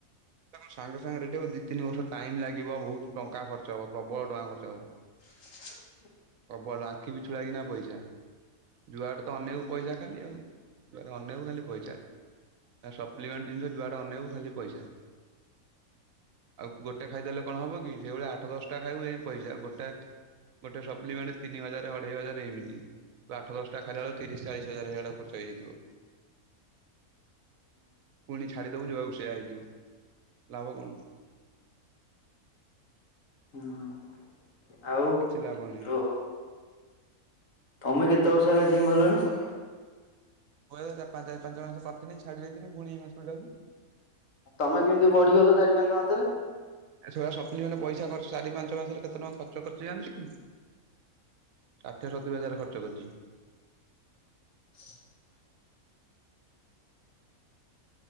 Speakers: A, on the right; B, on the left.
A: ସାଙ୍ଗେ ଶାଙ୍ଗେ ରେଡି ହେବ ଦି ତିନି ବର୍ଷ ଟାଇମ୍ ଲାଗିବ ବା ବହୁତ୍। ଟଙ୍କା ଖର୍ଚ୍ଚ ହବ ପ୍ରବଳ ଟଙ୍କା ଖର୍ଚ୍ଚ ହବ।
B: <unintelligible>
A: ପ୍ରବଳ ଟଙ୍କା ଆଖି ପିଛୁଳାକିନା ପଇସା। ଯୁଆଡେ ତ ଅନେଇବୁ ପଇସା ଖାଲି ଆଉ ଯୁଆଡେ ଆନେଇବୁ ଖାଲି ପଇସା। ଆ ସପ୍ଲିମେଣ୍ଟ ଜିନିଷ ଯୁଆଡେ ଅନେଇବୁ ଖାଲି ପଇସା। ଆଉ ଗୋଟେ ଖାଇଦେଲେ କଣ ହବ କି ସେଇ ଭଳିଆ ଆଠ ଦଶଟା ଖାଇବୁ ଯାଇ ପଇସା ଗୋଟାଏ ଗୋଟେ ସପ ପ୍ଲିମେଣ୍ଟ ତିନି ହଜାର ଅଢ଼େଇ ହଜାର ଏମିତି ତୁ ଆଠ ଦଶଟା ଖାଲା ବେଳକୁ ତିରିଶ ଚାଳିଶ ହଜାର ସିଆଡେ ଖର୍ଚ୍ଚ ହେଯାଇଥିବ। ପୁଣି ଛାଡି ଦବୁ ଯୋଉଆକୁସେ ସେଇଆ ହେଇଯିବ ଲାଭ କଣ।
B: ହୁଁ। ଆଉ
A: କିଛି ଲାଭ ନାହିଁ।
B: ତୁ ତମେ କେତେ ବର୍ଷ ହେଲା ଜିମ ଗଲଣି।
A: ମୁ ଏ ଚାରି ପାଞ୍ଚ ମା ପାଞ୍ଚ ମାସ କରି ଥିଲି ଛାଡିଦେଇଥିନି ପୁଣି ଏଇ ମାସରୁ ଯାଉଛି।
B: ତମେ କେମିତି ବଢ଼ିଗଲ ଚାରି ପାଞ୍ଚ ମାସରେ?
A: ଏ ସବୁପା ସପ୍ଲିମେଣ୍ଟ। ପଇସା ଖର୍ଚ୍ଚ ଚାରି ପାଞ୍ଚ ମାସରେ। କେତେ ଟଙ୍କା ଖର୍ଚ୍ଚ କରିଛୁ ଜାଣିଛୁ ଷାଠିଏ ସତୁରି ହଜାର ଖର୍ଚ୍ଚ କରିଛି।
B: <inaudible>